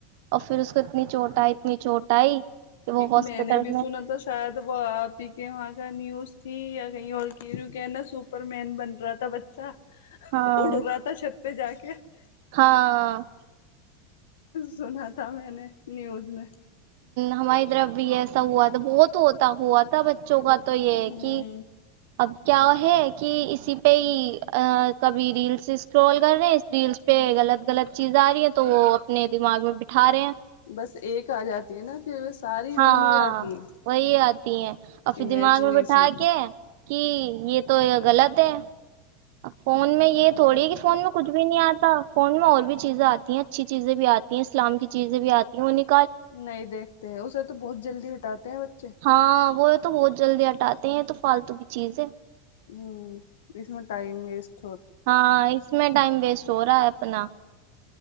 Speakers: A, on the right (about 65°); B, on the left (about 75°).
A: اور پھر اس کو اتنی چوٹ آئی اتنی چوٹ آئی کہ وہ
B: ایک
A: ہاسپٹل
B: میں نے بھی سنا تھا شاید وہ آپ ہی کے وہاں کا نیوز ٹھیک ہے کہیں اور کہ نا سپر مین بن رہا تھا بچہ
A: ہاں
B: اڑ رہا تھا چھت پہ جا کے ایک <unintelligible>
A: ہاں
B: سنا تھا میں نے نیوز میں
A: ہماری طرف بھی ایسا ہوا تھا بہت ہوتا ہوا تھا بچوں کا تو یہ ہے
B: ہوں
A: کہ اب کیا ہو ہے کہ اسی پہ ہی کبھی ریلس اسکرول کر رہے ہیں اس ریلس پہ غلط غلط چیز آ رہی ہیں تو وہ اپنے دماغ میں بٹھا رہے ہیں
B: بس ایک آ جاتی ہے نا پھر ساری
A: ہاں
B: وہی آتی ہے
A: وہی آتی ہیں اور پھر
B: امیجنیشن
A: دماغ میں بٹھا کے کہ یہ تو غلط ہے فون میں یہ تھوڑی ہے کہ فون میں کچھ بھی نہیں آتا فون میں اور بھی چیزیں آتی ہیں اچھی چیزیں بھی آتی ہیں اسلام کی چیزیں بھی آتی ہیں انہیں
B: نہیں دیکھتے ہیں اسے تو بہت جلدی ہٹاتے ہیں بچے
A: ہاں وہ تو بہت جلدی ہٹاتے ہیں یہ تو فالتو کی چیز ہے
B: ہوں اس میں ٹائم ویٹ
A: ہاں اس میں ٹائم ویسٹ ہو رہا ہے اپنا